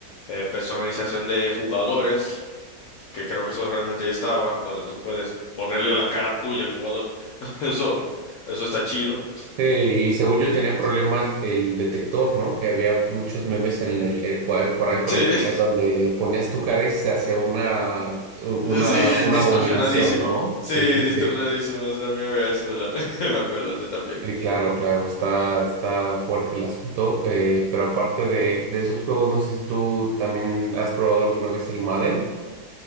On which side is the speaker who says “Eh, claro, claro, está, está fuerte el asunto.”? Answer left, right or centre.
Right